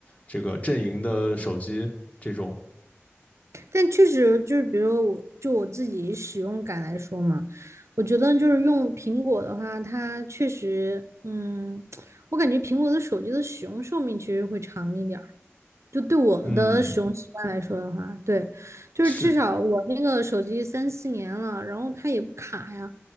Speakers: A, on the left; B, on the right.
A: 这个阵营的手机这种，
B: 但确实就是，比如说我就我自己使用感来说嘛，我觉得就是用苹果的话，它确实，嗯，我感觉苹果的手机的使用寿命其实会长一点儿。就对我的使用习惯来说的话，
A: 嗯，
B: 对，就是至少我那个手机三四年了，
A: 是
B: 然后它也不卡呀，